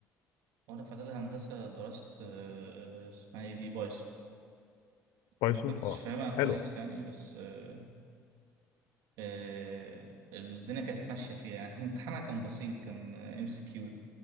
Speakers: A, on the right; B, on the left.
A: وأنا في إعدادي هندسة درست آه، آه، اسمها إيه دي بايثون
B: بايثون
A: أنا ما كنتش
B: أه
A: فاهمها كويس
B: حلو
A: يعني بس آه، آه، الدنيا كانت ماشية فيها يعني <laughs> امتحانها كان بسيط كان ام سي كيو